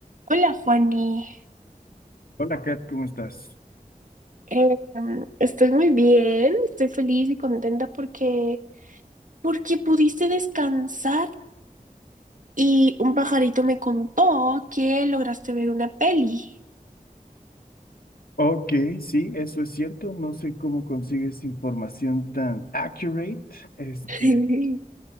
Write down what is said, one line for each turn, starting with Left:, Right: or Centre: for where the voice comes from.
Right: Hola, Fanny.
Left: Hola Kat, ¿cómo estás?
Right: Eh, estoy muy bien, estoy feliz y contenta porque, porque pudiste descansar y un pajarito me contó que lograste ver una peli.
Left: Ok, sí, eso es cierto. No sé cómo consigues información tan accurate, este,
Right: <laughs>